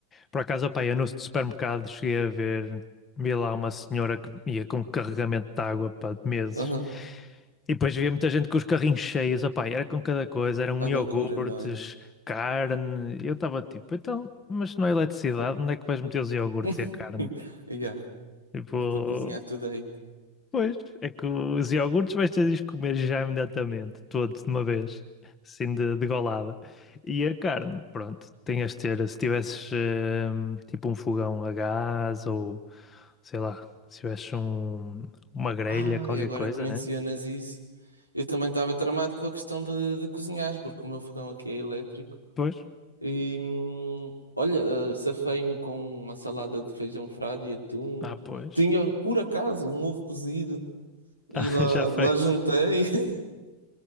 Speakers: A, on the left; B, on the left.
A: Por acaso, opa, eu no supermercado cheguei a ver, vi lá uma senhora que ia com um carregamento de água, pá, de meses.
B: Aham.
A: E depois via muita gente com os carrinhos cheios, opá, e era com cada coisa, eram
B: A loucura,
A: iogurtes,
B: não é?
A: carne. E eu estava tipo, então, mas se não é eletricidade, onde é que vais meter os iogurtes
B: <laughs>
A: e a carne?
B: Yeah.
A: Tipo,
B: É para cozinhar tudo aí.
A: Pois, é que os iogurtes vais ter de os comer já imediatamente, todos de uma vez, assim de, de golada. E a carne, pronto, tinhas de ter, se tivesses hum, tipo um fogão a gás ou sei lá, se tivesses um, uma grelha,
B: Ah,
A: qualquer
B: e agora
A: coisa,
B: que mencionas
A: né?
B: isso, eu também estava tramado com a questão de, de cozinhar, porque o meu fogão aqui é elétrico.
A: Pois,
B: E hum, olha, eh, safei-me com uma salada de feijão frade e atum.
A: ah, pois,
B: Tinha, por acaso, um ovo cozido
A: <laughs>
B: e
A: ah,
B: lá,
A: já feito.
B: lá juntei. <laughs>